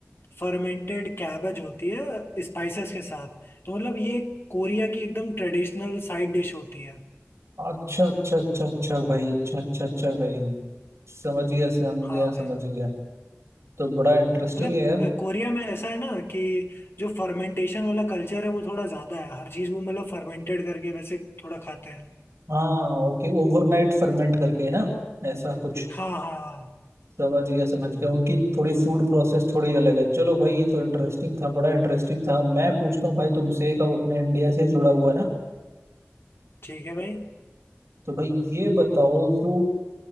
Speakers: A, on the left; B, on the right.
A: फर्मेंटेड कैबेज होती है स्पाइसेस के साथ तो मतलब ये कोरिया की एकदम ट्रेडिशनल साइड डिश होती है
B: अच्छा अच्छा अच्छा अच्छा भाई अच्छा अच्छा अच्छा भाई समझ गया समझ
A: हाँ
B: गया समझ
A: भाई
B: गया तो बड़ा इंटरेस्टिंग
A: मतलब
B: है यार
A: कोरिया में ऐसा है ना कि जो फर्मेंटेशन वाला कल्चर है वो थोड़ा ज़्यादा है हर चीज़ वो मतलब फर्मेंटेड करके वैसे थोड़ा खाते हैं
B: हाँ ओके ओवरनाइट फर्मेंट करके है ना ऐसा कुछ
A: हाँ हाँ हाँ,
B: समझ गया समझ गया उनकी थोड़ी फूड प्रोसेस थोड़ी अलग है चलो भाई ये तो इंटरेस्टिंग था बड़ा इंटरेस्टिंग था मैं पूछता हूँ भाई तुमसे एक अब अपने इंडिया से जुड़ा हुआ ना
A: ठीक है भाई
B: तो भाई ये बताओ जो